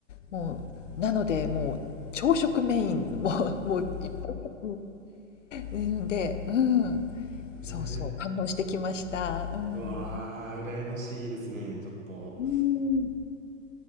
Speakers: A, on the left; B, on the right.
A: う。もう、なので、もう朝食メイン、もう <laughs> もういっぱい、うん、で、うん、
B: へえ。
A: そうそう、堪能してきました。うん。
B: うわー、羨ましいですね、ちょっと。
A: うん。